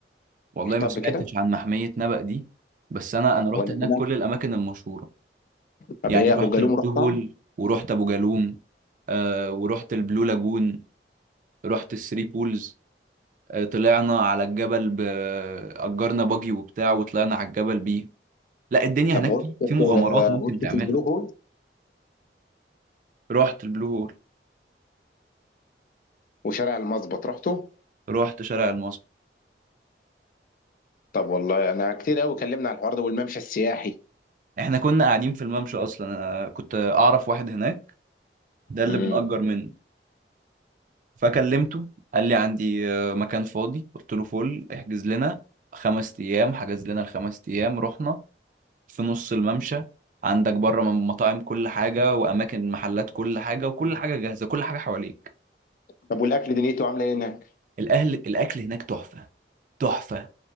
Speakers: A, on the right; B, on the left.
A: والله
B: رحتها
A: ما سمعتش
B: قبل كده
A: عن محمية نبأ دي بس أنا أنا رحت
B: ولا
A: هناك
B: هناك
A: كل الأماكن المشهورة
B: طب
A: يعني
B: ايه
A: رحت
B: ابو جالوم
A: البلو
B: رحتها
A: هول ورحت أبو جالوم آه ورحت البلو لاجون رحت الثري بولز آه طلعنا على الجبل ب... أجرنا باجي وبتاع وطلعنا على الجبل بيه لا الدنيا
B: طب
A: هناك
B: غرفه
A: في في مغامرات
B: آه،
A: ممكن
B: غرفه
A: تعملها
B: البلو هول
A: رحت البلو هول
B: وشارع المظبط رحته
A: رحت شارع المصب
B: طب والله انا كتير قوي كلمنا على الحوار ده والممشى السياحي
A: احنا كنا قاعدين في الممشى اصلا انا كنت اعرف واحد هناك ده اللي
B: امم
A: بنأجر منه فكلمته قال لي عندي آه، مكان فاضي قلت له فل احجز لنا خمس ايام حجز لنا الخمس ايام رحنا في نص الممشى عندك بره م- مطاعم كل حاجة وأماكن محلات كل حاجة وكل حاجة جاهزة كل حاجة حواليك
B: طب والاكل دنيته عامله ايه هناك
A: الأهل الأكل هناك تحفة تحفة